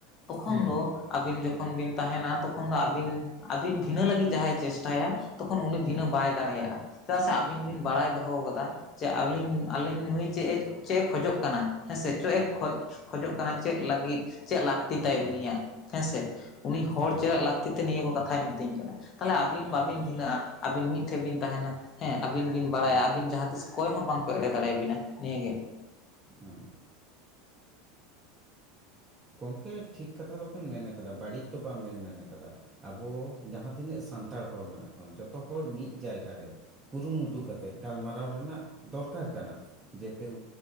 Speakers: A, on the left; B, on the right.
A: ᱛᱚᱠᱷᱚᱱ
B: ᱦᱩᱸ
A: ᱫᱚ ᱟᱹᱵᱤᱱ ᱡᱚᱠᱷᱚᱱ ᱵᱤᱱ ᱛᱟᱦᱮᱱᱟ ᱛᱚᱠᱷᱚᱱ ᱫᱚ ᱟᱹᱵᱤᱱ ᱟᱹᱵᱤᱱ ᱵᱷᱤᱱᱟᱹ ᱞᱟᱹᱜᱤᱫ ᱡᱟᱦᱟᱸᱭ ᱪᱮᱥᱴᱟᱭᱟ ᱛᱚᱠᱷᱚᱱ ᱩᱱᱤ
B: ᱦᱩᱸ
A: ᱵᱷᱤᱱᱟᱹ ᱵᱟᱭ ᱫᱟᱲᱮᱭᱟᱜ-ᱟ᱾ ᱪᱮᱫᱟᱜ ᱥᱮ ᱟᱹᱵᱤᱱ ᱵᱤᱱ
B: ᱦᱩᱸ
A: ᱵᱟᱲᱟᱭ ᱫᱚᱦᱚᱣ ᱠᱟᱫᱟ ᱡᱮ ᱟᱹᱞᱤᱧ ᱟᱞᱤᱧ ᱱᱩᱭ ᱪᱮᱫ-ᱮ ᱪᱮᱫ-ᱮ ᱠᱷᱚᱡᱚᱜ ᱠᱟᱱᱟ ᱦᱮᱸᱥᱮ ᱪᱮᱫ ᱮ ᱠᱷᱚᱡ ᱠᱷᱚᱡᱚᱜ ᱠᱟᱱᱟ ᱪᱮᱫ ᱞᱟᱹᱜᱤᱫ, ᱪᱮᱫ ᱞᱟᱹᱠᱛᱤ ᱛᱟᱭ
B: ᱦᱩᱸ
A: ᱩᱱᱤᱭᱟᱜ ᱦᱮᱸᱥᱮ ᱩᱱᱤ ᱦᱚᱲ
B: ᱦᱮᱸ
A: ᱪᱮᱫᱟᱜ ᱞᱟᱹᱠ ᱠᱷᱟᱹᱛᱤᱨ ᱛᱮ ᱱᱤᱭᱟᱹ ᱠᱚ ᱠᱟᱛᱷᱟᱭ ᱢᱤᱛᱟᱹᱧ ᱠᱟᱱᱟ᱾ ᱛᱟᱞᱦᱮ ᱟᱹᱵᱤᱱ ᱵᱟᱵᱤᱱ
B: ᱦᱮᱸ
A: ᱵᱷᱤᱱᱟᱹᱜᱼᱟ᱾ ᱟᱹᱵᱤᱱ ᱢᱤᱫ ᱴᱷᱮᱱ ᱵᱤᱱ ᱛᱟᱦᱮᱱᱟ᱾ ᱦᱮᱸ ᱟᱹᱵᱤᱱ ᱵᱤᱱ ᱵᱟᱲᱟᱭᱟ
B: ᱦᱮᱸ
A: ᱟᱹᱵᱤᱱ ᱡᱟᱦᱟᱸ ᱛᱤᱥ ᱚᱠᱚᱭ ᱦᱚᱸ ᱵᱟᱝᱠᱚ ᱮᱲᱮ ᱫᱟᱲᱮᱭᱟ ᱵᱤᱱᱟ ᱱᱤᱭᱟᱹᱜᱮ᱾
B: ᱦᱩᱸ᱾ ᱜᱚᱝᱠᱮ ᱴᱷᱤᱠ ᱠᱟᱛᱷᱟ ᱫᱚᱵᱮᱱ ᱢᱮᱱ ᱠᱟᱫᱟ, ᱵᱟᱹᱲᱤᱡ ᱫᱚ ᱵᱟᱝ ᱵᱮᱱ ᱢᱮᱱ ᱠᱟᱫᱟ᱾ ᱟᱵᱚ ᱡᱟᱦᱟᱸ ᱛᱤᱱᱟᱹᱜ ᱥᱟᱱᱛᱟᱲ ᱦᱚᱲ ᱢᱮᱱᱟᱜ ᱠᱚᱣᱟ ᱡᱚᱛᱚ ᱦᱚᱲ ᱢᱤᱫ ᱡᱟᱭᱜᱟ ᱨᱮ ᱠᱩᱨᱩᱢᱩᱴᱩ ᱠᱟᱛᱮᱫ ᱜᱟᱞᱢᱟᱨᱟᱣ ᱨᱮᱱᱟᱜ ᱫᱚᱨᱠᱟᱨ ᱠᱟᱱᱟ ᱡᱮᱛᱮᱣ